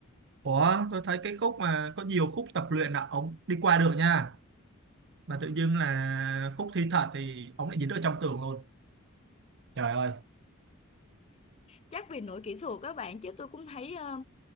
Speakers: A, on the right; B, on the left.
A: ủa, tôi thấy cái khúc mà có nhiều khúc tập luyện là ông đi qua được nha. Mà tự dưng là khúc thi thật thì ông lại dính ở trong tường luôn. Trời ơi,
B: chắc vì lỗi kỹ thuật các bạn chứ tôi cũng thấy ờ,